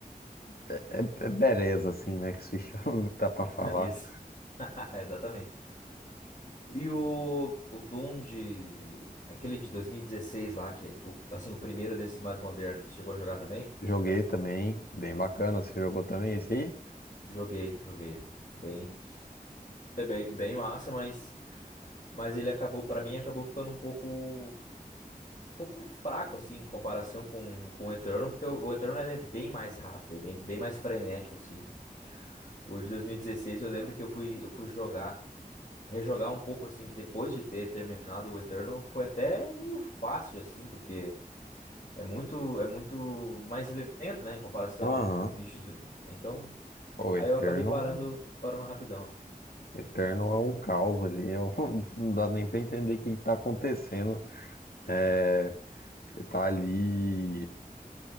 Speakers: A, on the left; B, on the left.
A: é, é, é bereza, assim, né? Que se chama, <laughs> dá pra falar.
B: <laughs> Isso. <laughs> Exatamente. E o, o Doom de. Aquele de 2016 lá, que é o- assim, o primeiro desses mais modernos. Chegou a jogar também?
A: Joguei também, bem bacana, você jogou também esse aí?
B: Joguei, joguei. Bem, é bem, bem massa, mas, mas ele acabou, pra mim, acabou ficando um pouco. pouco fraco, assim, em comparação com, com o Eternal, porque o, o Eternal ele é bem mais rápido, é bem, bem mais frenético, assim. O de 2016 eu lembro que eu fui, eu fui jogar, rejogar um pouco, assim, depois de ter terminado o Eternal, foi até meio fácil, assim, porque é muito, é muito mais lento, né, em comparação,
A: Aham.
B: os, os bichos. né, Então,
A: O
B: aí
A: Eternal
B: eu acabei parando, parando rapidão.
A: Eterno é um caos ali, é um- <laughs> não dá nem pra entender o que que tá acontecendo. É, você tá ali